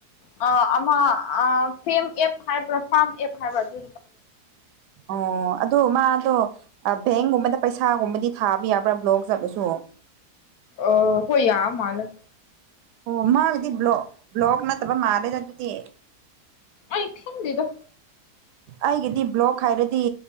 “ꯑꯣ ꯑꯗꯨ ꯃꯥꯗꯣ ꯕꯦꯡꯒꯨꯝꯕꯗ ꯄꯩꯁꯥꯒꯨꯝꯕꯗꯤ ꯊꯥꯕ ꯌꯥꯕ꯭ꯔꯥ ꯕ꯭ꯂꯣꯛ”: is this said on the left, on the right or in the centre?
Right